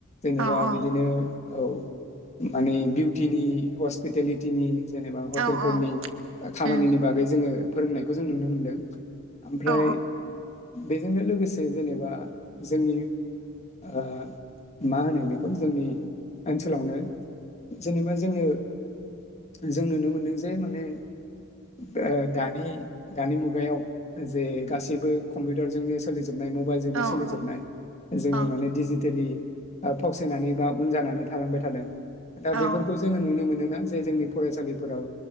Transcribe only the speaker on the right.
औ औ
औ औ
उम
औ
औ
औ
औ
औ